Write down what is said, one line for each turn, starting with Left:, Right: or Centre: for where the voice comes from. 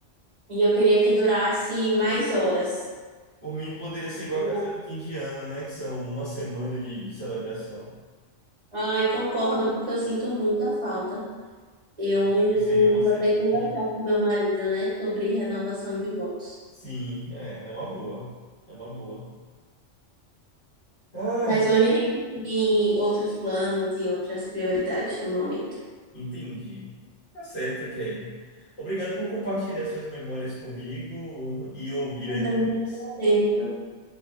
Right: E eu queria que durasse mais horas.
Left: Por mim, poderia ser igual
Right: Eu,
Left: casamento indiano, né? Que são uma semana de, de celebração.
Right: ai, concordo, porque eu sinto muita falta. Eu
Left: Pra
Right: vou
Left: mim seria uma semana
Right: até conversar
Left: de.
Right: com meu marido, né, sobre renovação de votos.
Left: Sim, é, é uma boa. É uma boa. Ai,
Right: Mas hoje a gente tem outros planos e outras prioridades no momento.
Left: entendi. Tá certo, Kelly. Obrigado por compartilhar suas memórias comigo e ouvir
Right: Mas
Left: as
Right: eu
Left: minhas.
Right: muito agradeço.